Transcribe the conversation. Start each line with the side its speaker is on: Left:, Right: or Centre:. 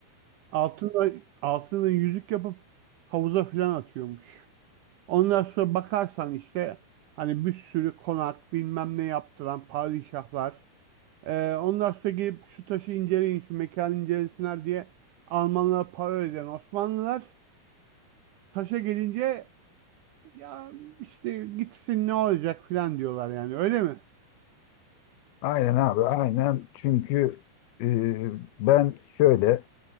Right: Altına, altına yüzük yapıp havuza filan atıyormuş. Ondan sonra bakarsan işte hani bir sürü konak bilmem ne yaptıran padişahlar. Ee, ondan sonra gelip şu taşı inceleyin, şu mekanı incelesinler diye Almanlara para öden Osmanlılar. Taşa gelince ya işte gitsin ne olacak filan diyorlar yani öyle mi?
Left: Aynen abi aynen çünkü e, ben şöyle